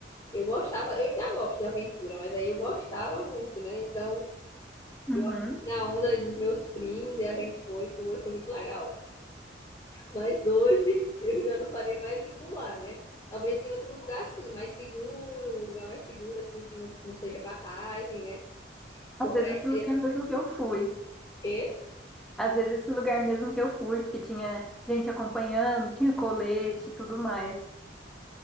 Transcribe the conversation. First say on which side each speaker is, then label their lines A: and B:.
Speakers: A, on the left; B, in the centre.
A: Eu gostava, eu ainda gosto de aventura, mas aí eu gostava muito, né? Então
B: Uhum.
A: eu fui na onda ali dos meus primos e a gente foi, pulou e foi muito legal. Mas hoje <laughs> eu já não faria mais isso lá, né? Talvez em outro lugar assim, mais seguro, um lugar mais seguro, assim, que não, não seja barragem, né?
B: Às
A: Porque
B: vezes,
A: aí
B: esse
A: seria
B: lugar
A: mais
B: mesmo
A: seguro.
B: que eu fui.
A: Porque,
B: Às vezes esse lugar mesmo que eu fui, porque tinha gente acompanhando, tinha colete e tudo mais.